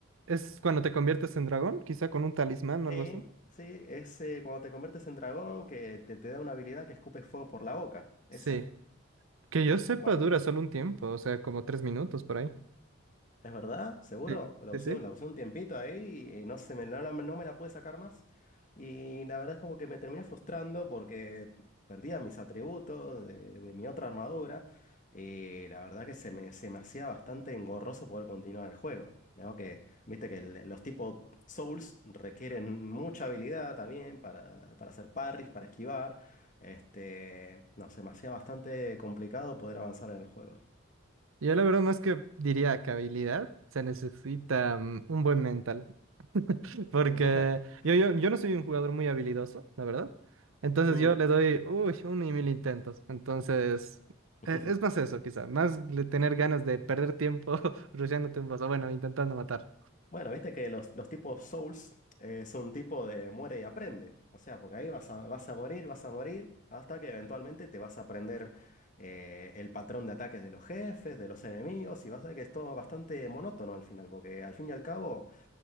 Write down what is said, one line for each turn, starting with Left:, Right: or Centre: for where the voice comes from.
Right: ¿Es cuando te conviertes en dragón? Quizá con un talismán o
Left: Sí,
Right: algo así.
Left: sí, es eh, cuando te conviertes en dragón que te, te da una habilidad que escupes fuego por la boca. Esa.
Right: Sí. Que yo sepa,
Left: Bueno,
Right: dura solo un tiempo, o sea, como tres minutos por ahí.
Left: ¿Es verdad? ¿Seguro?
Right: Sí,
Left: La
Right: sí,
Left: usé,
Right: sí.
Left: la usé un tiempito ahí y no se me, no, la- no me la pude sacar más. Y la verdad es como que me terminé frustrando porque perdía mis atributos de, de mi otra armadura. Y la verdad que se me, se me hacía bastante engorroso poder continuar el juego. ¿no? Que, viste que el- los tipos Souls requieren mucha habilidad también para, para hacer parries, para esquivar. Este, no, se me hacía bastante complicado poder avanzar en el juego.
Right: Yo la verdad más que diría que habilidad, se necesita mm, un buen mental. <laughs> Porque
Left: <laughs>
Right: yo, yo, yo no soy un jugador muy habilidoso, la verdad. Entonces
Left: Mm.
Right: yo le doy, uy, un y mil intentos. Entonces,
Left: <laughs>
Right: e- es más eso, quizá, más le- tener ganas de perder tiempo <laughs> rusheándote un boss, o bueno, intentando matar.
Left: Bueno, viste que los, los tipos Souls eh, es un tipo de muere y aprende. O sea, porque ahí vas a, vas a morir, vas a morir, hasta que eventualmente te vas a aprender eh, el patrón de ataques de los jefes, de los enemigos, y vas a ver que es todo bastante monótono al final, porque al fin y al cabo